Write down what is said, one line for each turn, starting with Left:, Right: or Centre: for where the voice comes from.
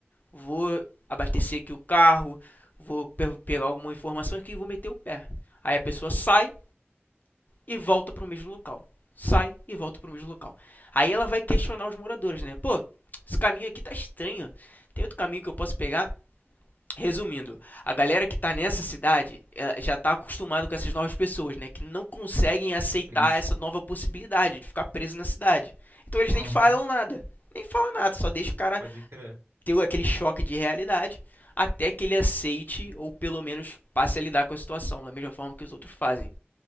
Left: vou abastecer aqui o carro, vou pe- pegar alguma informação aqui e vou meter o pé. Aí a pessoa sai e volta pro mesmo local. Sai e volta pro mesmo local. Aí ela vai questionar os moradores, né? Pô, esse caminho aqui tá estranho. Tem outro caminho que eu posso pegar? Resumindo, a galera que tá nessa cidade eh, já tá acostumado com essas novas pessoas, né? Que não conseguem aceitar
Right: Strings.
Left: essa nova possibilidade de ficar preso na cidade. Então eles
Right: Uhum.
Left: nem falam nada. Nem falam nada, só deixa o cara
Right: Pode crer.
Left: ter aquele choque de realidade até que ele aceite ou pelo menos passe a lidar com a situação, da mesma forma que os outros fazem.